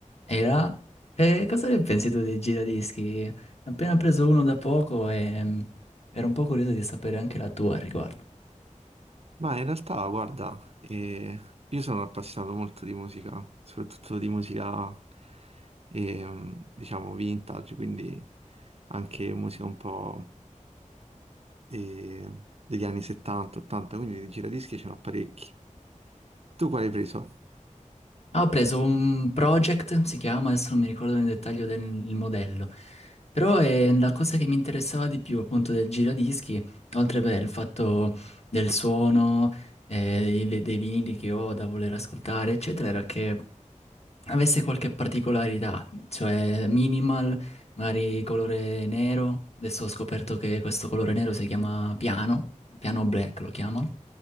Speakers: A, on the left; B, on the right.
A: E là, eh, cosa ne pensi tu dei giradischi? Ne ho appena preso uno da poco e mm, ero un po' curioso di sapere anche la tua al riguardo.
B: Ma in realtà, guarda, eh, io sono appassionato molto di musica, soprattutto di musica, ehm, diciamo, vintage, quindi anche musica un po' eh, degli anni 70, 80, quindi di giradischi ce n'ho parecchi. Tu quale hai preso?
A: Ah, ho preso un Project, si chiama, adesso non mi ricordo nel dettaglio del il modello, però è la cosa che mi interessava di più appunto del giradischi, oltre beh, il fatto del suono, eh, dei, dei vinili che ho da voler ascoltare, eccetera, era che avesse qualche particolarità, cioè minimal, magari colore nero. Adesso ho scoperto che questo colore nero si chiama piano, piano black lo chiamano.